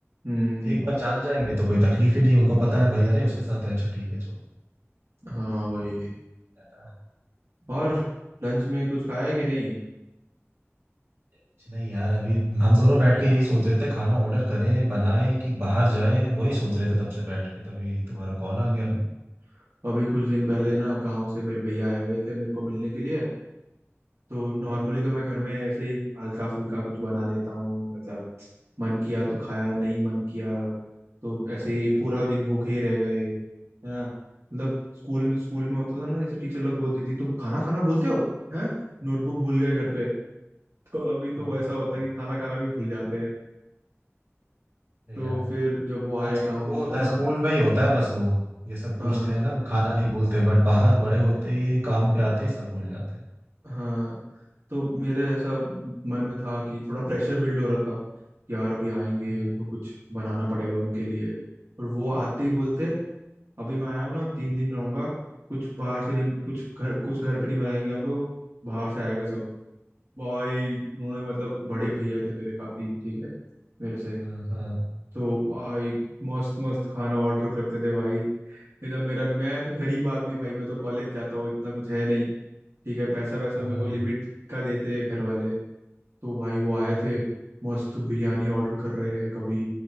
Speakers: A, on the right (about 75°); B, on the right (about 55°).
A: हम्म
B: एक बार जान जाएंगे तो कोई तकलीफ ही नहीं उनको पता है भाई अरे उसके साथ है अच्छा ठीक है छोड़ो
A: हाँ वही
B: क्या रहता है
A: और लंच में कुछ खाया है कि नहीं
B: कुछ नहीं यार अभी हम दोनों बैठ के यही सोच रहे थे खाना ऑर्डर करें बनाएं कि बाहर जाएं वही सोच रहे थे तब से बैठ के तभी तुम्हारा कॉल
A: हम्म
B: आ गया
A: अभी कुछ दिन पहले
B: पता
A: ना गांव से मेरे भैया आए हुए थे मेरे को मिलने के लिए तो
B: नहीं।
A: नॉर्मली तो मैं घर में ऐसे ही हल्का फुल्का कुछ बना लेता हूँ मतलब मन किया तो खाया नहीं मन किया तो ऐसे ही
B: हाँ,
A: पूरा दिन भूखे ही रह गए है ना मतलब स्कूल में स्कूल में होता था ना जैसे टीचर लोग बोलती थी तुम खाना खाना भूलते हो हैं नोटबुक भूल गए घर पे <laughs> तो अभी तो
B: हाँ, हाँ,
A: वैसा होता
B: तो
A: है कि खाना खाना भी भूल जाते हैं
B: अरे
A: तो
B: यार
A: फिर जब वो आए
B: आज
A: गाँव
B: वो
A: से
B: होता
A: ना
B: है स्कूल में ही होता है बस वो ये सब पूछते
A: हाँ
B: हैं ना वो खाना नहीं बोलते बट बाहर बड़े होते ही काम पे आते ही सब भूल जाते हैं
A: हाँ तो मेरे ऐसा मन में था कि थोड़ा प्रेशर बिल्ड हो रहा था कि यार अभी आएंगे
B: हम्म
A: तो कुछ बनाना पड़ेगा उनके लिए और वो आते ही बोलते अभी मैं आया हूँ ना तीन दिन रहूंगा कुछ बाहर से नहीं
B: हम्म,
A: कुछ घर कुछ घर पे नहीं बनाएंगे हम लोग बाहर से आएगा सब भाई उन्होंने मतलब बड़े भैया थे मेरे काफी ठीक है मेरे से
B: हाँ हाँ
A: तो भाई मस्त मस्त खाना ऑर्डर करते थे भाई एकदम मेरा मैं तो गरीब आदमी भाई मैं तो कॉलेज जाता हूँ इतना कुछ है नहीं ठीक है पैसा वैसा
B: हाँ,
A: मेरे को लिमिट का देते हैं घर वाले तो भाई वो
B: हम्म
A: आए थे मस्त बिरयानी ऑर्डर कर रहे हैं कभी